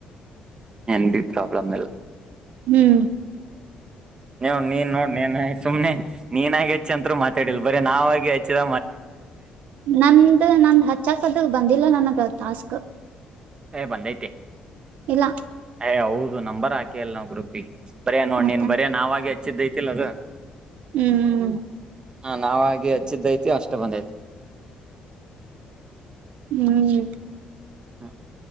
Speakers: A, on the right (about 35°); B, on the right (about 80°).
A: ಎಟ ಪ್ರಾಬ್ಲಲ್ಲ <unintelligible>
B: ಹ್ಮ್
A: ನೀ ನೀನ್ ನೋಡ್ ನೀನ್ ಸುಮ್ನೆ ನೀನಾಗಿ ಹೆಚ್ಚ ಅಂತರು ಮಾತಾಡಿಲ್ ಬರೀ ನಾವಗ ಹೆಚ್ಚಿದ
B: ನಂದು ನನ್ ಹಚ್ಚಾಕದ ಬಂದಿಲ್ಲ ನನ್ನ ಟಾಸ್ಕ್
A: ಏ ಬಂದೈತೆ
B: ಇಲ್ಲ
A: ಹೇ ಹೌದು ನಂಬರ್ ಹಾಕಿ ಅಲ್ಲ ನಾವು ಗ್ರೂಪ್ಗೆ ಬರೇ ನೋಡ್
B: ಮತ್ತ
A: ನೀನ್ ಬರೇ ನಾವಾಗ ಐತಿಲ್ಲ ಅದು
B: ಹ್ಮ್ ಹ್ಮ್ ಹ್ಮ್
A: ಹಾ ನಾವಾಗಿ ಹಚ್ಚಿದ್ದೈತಿ ಅಷ್ಟ ಬಂದೈತಿ
B: ಹ್ಮ್
A: ಹಾ